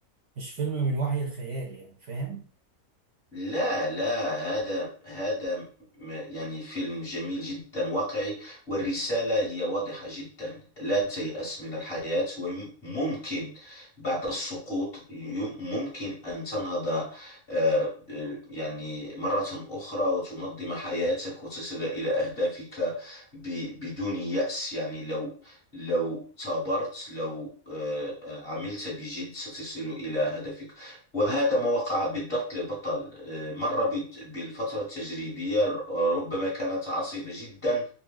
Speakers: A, on the right (about 65°); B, on the left (about 45°).
A: مش فيلم من وحي الخيال يعني فاهم
B: لا لا هذا هذا م- يعني فيلم جميل جدا واقعي والرسالة هي واضحة جدا لا تيأس من الحياة وممكن بعد السقوط يم- ممكن أن تنهض آه، آه، يعني مرة أخرى وتنظم حياتك وتصل إلى أهدافك ب- بدون يأس يعني لو لو ثابرت لو آه، آه، عملت بجد ستصل إلى هدفك وهذا ما وقع بالضبط للبطل آه، مر بت- بالفترة التجريبية آه، ربما كانت عصيبة جدا